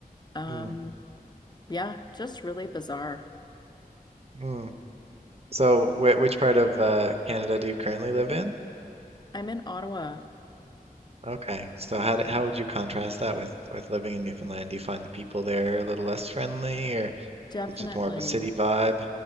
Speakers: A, on the left; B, on the right.
A: Um,
B: mm,
A: yeah, just really bizarre.
B: mm. So wh which part of uh, Canada do you currently live in?
A: I'm in Ottawa,
B: Okay. So how d how would you contrast that with with living in Newfoundland? Do you find the people there a little less friendly, or
A: definitely.
B: is it just more of a city vibe?